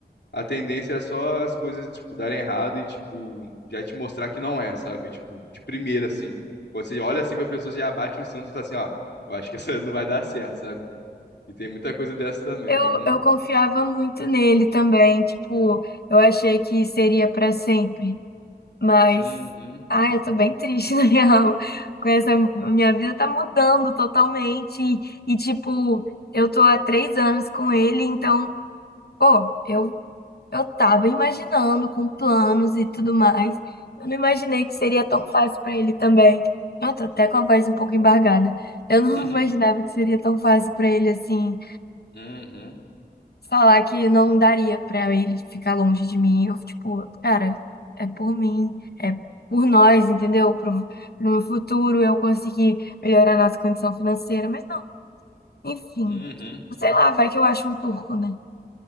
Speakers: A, on the left (about 80°); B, on the left (about 65°).
A: a tendência é só as coisas, tipo, darem errado e, tipo, já te mostrar que não é, sabe? Tipo, de primeira, assim. Quando você olha assim pra pessoa, já bate o santo e fala assim, ó, eu acho que essa não vai dar certo, sabe? E tem muita coisa dessa também,
B: Eu,
A: eu não...
B: eu confiava muito nele também, tipo, eu achei que seria pra sempre. Mas,
A: Uhum.
B: ai, eu tô bem triste, <laughs> na real. Com essa, minha vida tá mudando totalmente. E, e, tipo, eu tô há três anos com ele, então, pô, eu, eu tava imaginando com planos e tudo mais. Eu não imaginei que seria tão fácil pra ele também. Eu tô até com a voz um pouco embargada. Eu
A: <laughs>
B: não <laughs> imaginava que seria tão fácil pra ele assim
A: Uhum.
B: falar que não daria pra ele ficar longe de mim. Eu, tipo, cara, é por mim, é por nós, entendeu? Pro, pro meu futuro eu conseguir melhorar a nossa condição financeira, mas não, enfim.
A: Uhum.
B: Sei lá, vai que eu acho um turco, né?